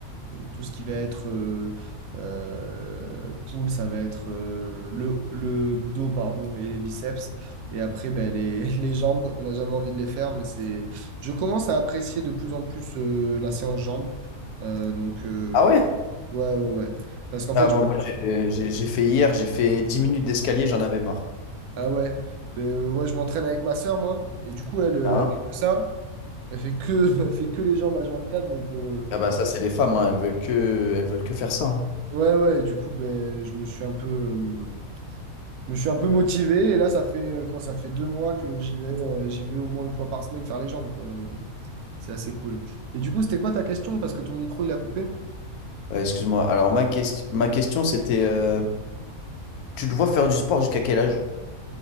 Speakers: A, on the right; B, on the left.
A: tout ce qui va être euh, euh, poule, ça va être euh, le, le dos pardon, et les biceps. Et après, ben, les, <laughs> les jambes, on n'a jamais envie de les faire, mais c'est... Je commence à apprécier de plus en plus euh, la séance jambes. Euh, donc, euh,
B: Ah
A: donc,
B: ouais?
A: ouais, ouais, ouais. Parce qu'en
B: Ah,
A: fait,
B: moi,
A: je...
B: moi, j'ai j'ai- j'ai fait hier, j'ai fait 10 minutes d'escalier, j'en avais marre.
A: ah ouais, ben, euh, ouais, je m'entraîne avec ma sœur, moi. Et du coup, elle, euh,
B: Hein
A: elle fait que ça. Elle fait que, <laughs> elle fait que les jambes à quatre Donc, euh,
B: Ah bah ça, c'est les femmes, hein, elles veulent que, elles veulent que faire ça. hein.
A: ouais, ouais. Et du coup, ben, je me suis un peu... euh, je me suis un peu motivé et là, ça fait euh, quoi? Ça fait deux mois que j'y vais, euh, j'y vais au moins une fois par semaine faire les jambes, quoi. Donc, bon, c'est assez cool. Et du coup, c'était quoi ta question? Parce que ton micro, il a coupé.
B: Euh, excuse-moi. Alors, ma, ques- ma question, c'était euh, tu te vois faire du sport jusqu'à quel âge?